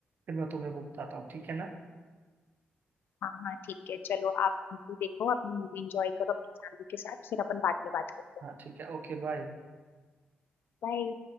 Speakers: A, on the right (about 60°); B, on the left (about 80°).
A: फिर मैं तुम्हें वो बताता हूँ ठीक है ना
B: हाँ हाँ ठीक है चलो आप मूवी देखो अपनी मूवी एंजॉय करो अपनी फैमिली के साथ फिर अपन बाद में बात करते हैं
A: हाँ ठीक है ओके बाय
B: बाय